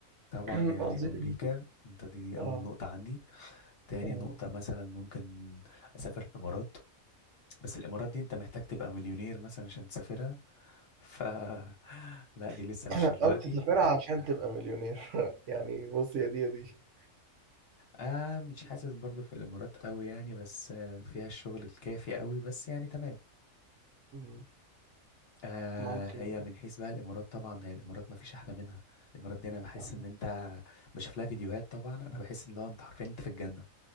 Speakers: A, on the left (about 50°); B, on the right (about 65°).
A: طبعا
B: <clears throat>
A: يعني
B: قصدي
A: امريكا انت دي
B: اه
A: اول نقطه عندي تاني
B: اه
A: نقطة مثلا ممكن أسافر الإمارات بس الإمارات دي أنت محتاج تبقى مليونير مثلا عشان تسافرها ف <laughs> لا دي لسه
B: <clears throat>
A: مش دلوقتي
B: او تسافرها عشان تبقى مليونير <laughs> يعني بص يا دي يا دي
A: آه مش حاسس برضو في الإمارات قوي يعني بس آه، فيها الشغل الكافي قوي بس يعني تمام
B: مم.
A: آه
B: ممكن
A: هي من حيث بقى الإمارات طبعا هي الإمارات ما فيش أحلى منها الإمارات دي أنا بحس
B: آه،
A: إن أنت بشوف لها فيديوهات طبعا أنا بحس إن لو أنت حرفيا أنت في الجنة